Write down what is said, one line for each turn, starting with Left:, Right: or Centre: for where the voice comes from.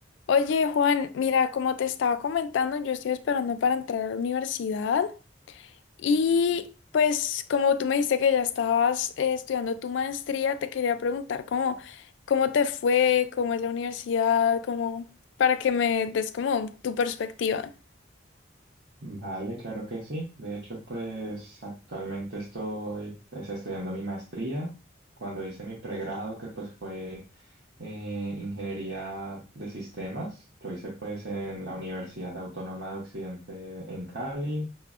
Left: Oye, Juan, mira, como te estaba comentando, yo estoy esperando para entrar a la universidad y pues como tú me dijiste que ya estabas eh, estudiando tu maestría, te quería preguntar cómo, cómo te fue, cómo es la universidad, cómo, para que me des como tu perspectiva.
Right: Vale, claro que sí. De hecho, pues actualmente estoy pues, estudiando mi maestría. Cuando hice mi pregrado, que pues fue eh, ingeniería de sistemas, lo hice pues en la Universidad Autónoma de Occidente en Cali.